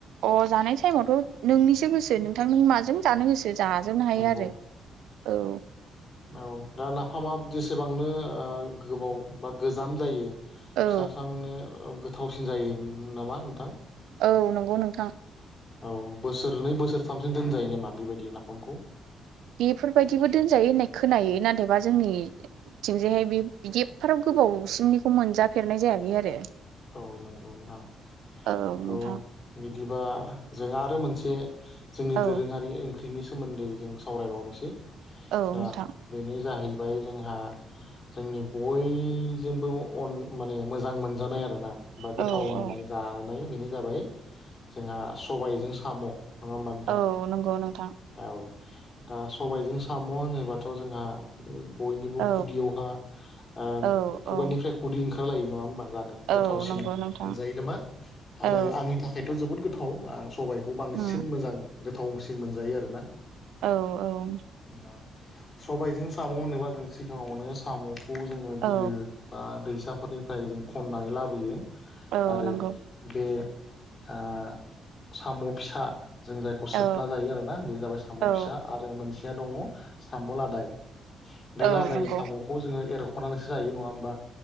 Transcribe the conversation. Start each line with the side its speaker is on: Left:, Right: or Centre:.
Right: अ जानायसै टाइमावथ' नोंनिसो गोसो नोंथां माजों जानो गोसो जाजोबनो हायो
Left: नंगौ
Right: आरो। औ।
Left: औ दा नाफामा जेसेबांनो गोबाव बा गोजाम जायो।
Right: औ
Left: फिसा स्रांनो गोथावसिन जायो नामा नोंथां?
Right: औ नंगौ नोंथां।
Left: औ बोसोरनै बोसोरथामसिम दोनजायो नामा बेबायदि नाफामखौ?
Right: बेफोरबायदिबो दोनजायो होननाय खोनायो नाथायबा जोंनि बिथिंजायहाय बे बिदि एफ्राराब गोबावसिमनिखौ मोनजाफेरनाय जायाखै आरो।
Left: औ नंगौ नोंथां
Right: औ
Left: थ'
Right: नोंथां
Left: बिदिबा जों आरो मोनसे जोंनि
Right: औ
Left: दोरोङारि ओंख्रिनि सोमोन्दै जों सावरायबावनोसै
Right: औ
Left: दा
Right: नोंथां
Left: बेनो जाहै बाय जोंहा। जोंनि बयजोंबो माने मोजां मोनजानाय आरोना बा
Right: औ
Left: गोथाव मोननाय
Right: औ
Left: जानाय बेनो जाबाय जोंहा सबायजों साम' नङा होमबा नोंथां
Right: औ नंगौ नोंथां।
Left: औ दा सबायजों साम' होनोबाथ' जोंहा। बयनिबो
Right: औ
Left: खुगायावहय ओ
Right: औ
Left: खुगानिफ्राय
Right: औ
Left: खुदै ओंखारलायो नङा होमबा। जानो
Right: औ
Left: गोथावसिन
Right: नंगौ नोंथां
Left: मोनजायो नामा
Right: औ
Left: आरो आंनि थाखायथ' जोबोद गोथाव आं सबाय बेखौ बांसिन
Right: उम
Left: मोजां गोथावसिन मोनजायो आरोना
Right: औ औ।
Left: दा सबायजों साम' होनोबा जों सिगाङावनो साम'खौ जोङो
Right: औ
Left: बिलो बा दैैसाफोरनिफ्राय जों खननानै लाबोयो
Right: औ
Left: आरो
Right: नंगौ
Left: बे आ साम' फिसा जों जायखौ
Right: औ
Left: सोबना जायो आरोना बे जाबाय साम'
Right: औ
Left: फिसा आरो मोनसेया दङ साम' लादाय। बे
Right: औ
Left: लादाय
Right: नंगौ
Left: साम'खौ जोङो एरख'नानैसो जायो नङा होमबा।